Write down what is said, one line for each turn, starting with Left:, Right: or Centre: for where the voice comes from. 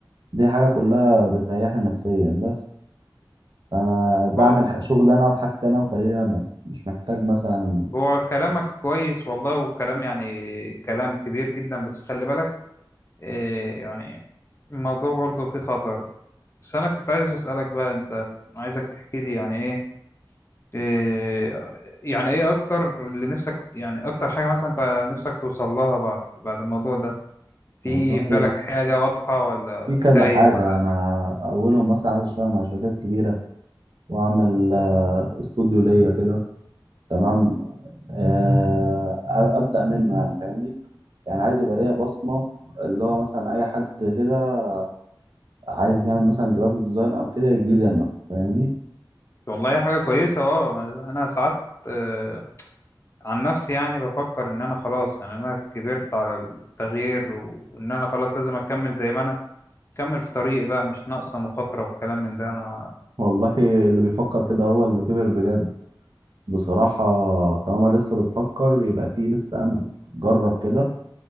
Right: دي حاجه كلها بتريحني نفسيا بس فانا بعمل
Left: هو
Right: ح- شغل انا وحاجتي انا وكاريري انا مش محتاج مثلا
Left: هو كلامك كويس والله والكلام يعني كلام كبير جدا بس خلي بالك آه، يعني الموضوع برضه فيه خطر بس أنا كنت عايز أسألك بقى أنت عايزك تحكي لي يعني إيه آه، يعني إيه أكتر اللي نفسك يعني أكتر حاجة مثلا أنت نفسك توصل لها بعد بعد الموضوع ده في
Right: والله
Left: في بالك حاجة واضحة ولا
Right: في كذا
Left: تايه
Right: حاجة
Left: على
Right: أنا
Left: أمل
Right: أولهم مثلا عايز أشتغل مع شركات كبيرة وأعمل آه، استوديو ليا كده تمام آه، أبدأ منه يعني فاهمني يعني عايز يبقى ليا بصمة اللي هو مثلا أي حد كده عايز يعمل مثلا جرافيك ديزاين أو كده يجي لي أنا فاهمني
Left: والله حاجة كويسة اه ما- أنا ساعات آه، عن نفسي يعني بفكر إن أنا خلاص يعني أنا كبرت على التغيير و- وإن أنا خلاص لازم أكمل زي ما أنا أكمل في طريقي بقى مش ناقصة مخاطرة والكلام من ده أنا
Right: والله اللي بيفكر كده هو اللي كبر بجد بصراحة طالما لسه بتفكر يبقى فيه لسه أمل جرب كده